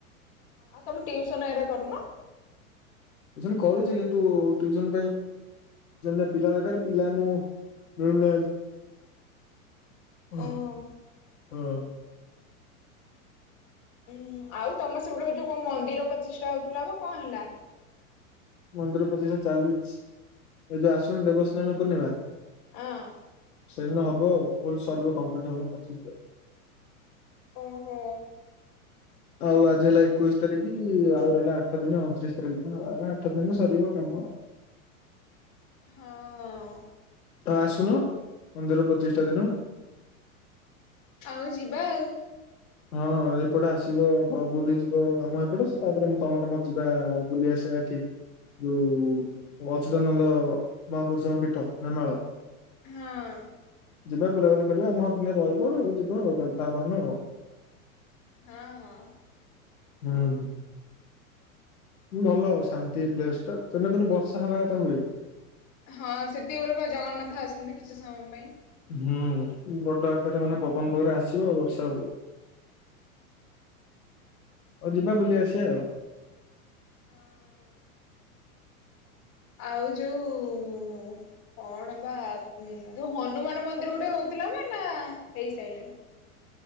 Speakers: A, on the left; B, on the left.
A: ଆଉ ତମେ ଟିଉସନ ହେରା କରୁନ।
B: ଯେ ମୁଁ କହୁଛି କିନ୍ତୁ ଟୁଇସନ ପାଇଁ ଯେମିତିଆ ପିଲାଦରକାର ପିଲାଆମକୁ ମିଳୁନାହାନ୍ତି। <unintelligible>
A: ଓହୋ। ଉୁଁ ଆଉ ତମସେପଟେ ଏ ଯୋଉ କଣ ମନ୍ଦିର ପ୍ରଚିଷ୍ଠା ହଉଥିଲା ପା କଣହେଲା?
B: ମନ୍ଦିର ପ୍ରତିଷ୍ଠା ଚାଲିଛି ଏଇଯୋଉ ଆସୁନି ଦେବସ୍ନାନପୂର୍ଣ୍ଣିମା
A: ଆଁ।
B: ସେଇଦିନ ହବଆଉ ଫୁଲସରିବ କମ୍ପ୍ଲିଟ୍ ହବ ପ୍ରତିଷ୍ଠା।
A: ଓହୋ।
B: ଆଉ ଆଜିହେଲା ଏକୋଇଶତାରିକି ଆଉ ରହିଲା ଆଠଦିନ ଅଣତିରିଶତାରିଖ ଦିନ ଆଉ ଆଠ ଦିନ ସରିିବ କାମ।
A: ହଁ।
B: ତମେ ଆସୁନ ମନ୍ଦିରପ୍ରତିଷ୍ଠା ଦିନ।
A: ଆଉ ଯିବାଆଉ
B: ହଁ ଏପଟେ ଆସିବ ପ ବୁଲିଯିବ ଆମ ଏପଟେ ସେ ତାପରେ ତମରମୋର ଯିବା ବୁଲି ଆସିବା ଏଠି ଯୋଉ ଅଚିତାନନ୍ଦ ମହାପୁରୁଷଙ୍କପୀଠ ନେମାଳ।
A: ହଁ।
B: ଯିବା ବୁଲାବୁଲି କରିବା ଆମ ଘରେ ଦିନେ ରହିବ ଯିବ ଆଉ କଣ ତାପରଦିନ ଆଉ।
A: ହଁ ହଁ।
B: ହୁଁ। ଭଲ ଶାନ୍ତିପ୍ଲେସଟା ସେଦିନ କିନ୍ତୁ ବର୍ଷା ହବାକଥା ହୁଏ।
A: ହଁ ସେତିକିବେଳେ ପା ଜଗନ୍ନାଥ ଆସନ୍ତି କିଛିସମୟ ପାଇଁ।
B: ହୁଁ ବଡଆକାରରେ ମାନେ ପବନବେଗରେ ଆସିବ ବର୍ଷା ହବ। ଆଉ ଯିବା ବୁଲିଆସିବା ଆଉ।
A: ହଁ। ଆଉ ଯୋଉ କଣବା ଯୋଉ ହନୁମାନମନ୍ଦିର ଗୋଟେ ହଉଥିଲା ପା ନାହେଇସାରିଲାଣି।